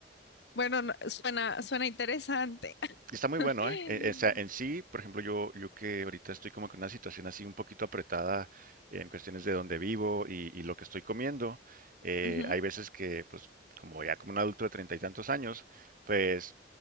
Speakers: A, on the left; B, on the right.
A: Bueno, no- suena, suena interesante.
B: Está muy bueno,
A: <laughs>
B: ¿eh? Eh, O sea, en sí, por ejemplo, yo, yo que ahorita estoy como con una situación así un poquito apretada en cuestiones de dónde vivo y, y lo que estoy comiendo, eh,
A: Ujú,
B: hay veces que, pues, como ya como un adulto de treinta y tantos años, pues